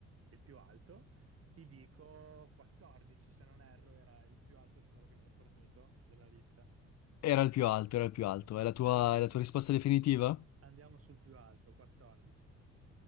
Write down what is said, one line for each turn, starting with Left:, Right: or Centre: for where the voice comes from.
Right: il più alto, ti dico 14, se non erro, era il più alto numero che mi hai fornito della lista.
Left: Era il più alto, era il più alto. È la tua,
Right: E allora
Left: è la tua risposta definitiva?
Right: andiamo sul più alto, 14.